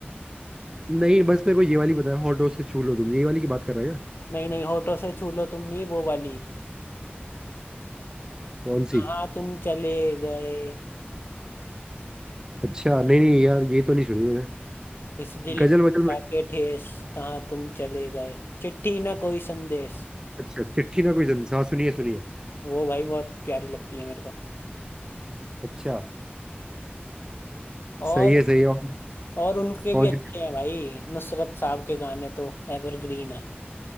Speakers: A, on the right; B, on the left.
A: नहीं बस मेरे को ये वाली बताया हॉट डॉग से छू लो तुम ये वाली की बात कर रहे हो क्या
B: नहीं नहीं होठों से छू लो तुम नहीं वो वाली
A: कौन सी
B: कहाँ तुम चले गए
A: अच्छा नहीं नहीं यार ये तो नहीं सुनी मैंने
B: इस दिल
A: गजल वजल में
B: के ठेस कहाँ तुम चले गए चिट्ठी ना कोई संदेश
A: अच्छा चिट्ठी ना कोई जमीन हाँ सुनिए सुनिए
B: वो भाई बहुत प्यारी लगती है मेरे को
A: अच्छा
B: और
A: सही है सही है और
B: और उनके
A: कौन
B: भी अच्छे
A: सी
B: हैं भाई नुसरत साहब के गाने तो एवरग्रीन है